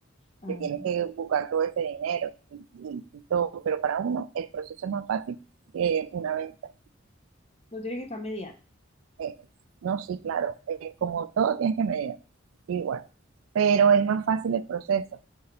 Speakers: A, on the left; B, on the right.
A: Ah,
B: que tienes que buscar todo ese dinero y, y- y todo, pero para uno el proceso es más fácil que una venta.
A: lo tienes que estar mediando.
B: Eh, no, sí, claro, eh, como todo tienes que medir, igual, pero es más fácil el proceso,